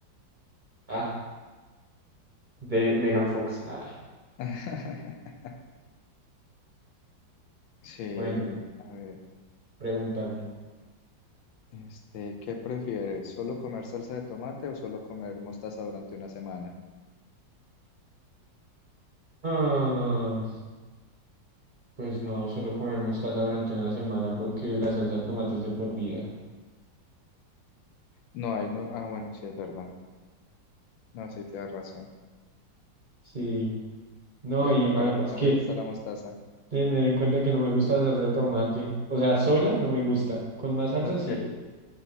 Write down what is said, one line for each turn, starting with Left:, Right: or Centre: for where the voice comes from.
Right: ah, de Megan Fox. Ah.
Left: <laughs> Sí,
Right: Bueno,
Left: a ver.
Right: pregúntame.
Left: Este, ¿qué prefieres? ¿Solo comer salsa de tomate o solo comer mostaza durante una semana?
Right: Ah, pues no, solo comer mostaza durante una semana porque la salsa de tomate es de por vida.
Left: No, ahí no. Ah, bueno, sí es verdad. No, sí tienes razón.
Right: Sí, no,
Left: Sí, es
Right: y
Left: mejor,
Right: además
Left: a mí no
Right: que
Left: me gusta la mostaza.
Right: tener en cuenta que no me gusta la salsa de tomate. O sea, sola no me gusta. Con más salsa
Left: Ok,
Right: sí.